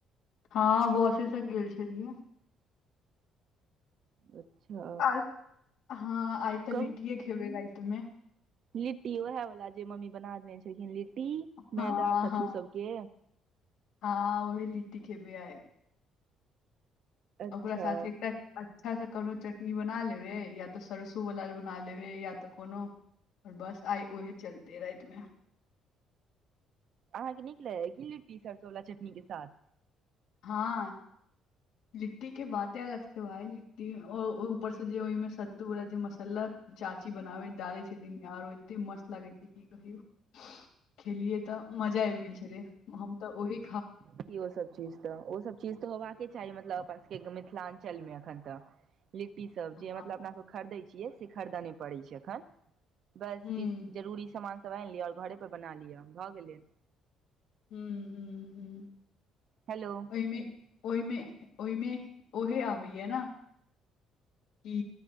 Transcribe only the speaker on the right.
अच्छा
कहू
लिट्टी ओएह वाला जे मम्मी बना देने छेलखिन लिट्टी
मैदा सत्तू
सबके
अच्छा
अहाँके नीक लेगैये कि लिट्टी सरसोवला चटनी के साथ
की ओ सब चीज तऽ ओ सब चीज तऽ होबाक चाही मतलब अपन सबके मिथिलाञ्चल मे एखन तऽ लिट्टी सब
जे मतलब अपना सब खरीदै छियै से खरीदऽ नहि पड़ै छै एखन बस
किछु जरूरी सामान सब आनि लिअ आओर घरे पर बना लिअ भऽ गेलै
हेलो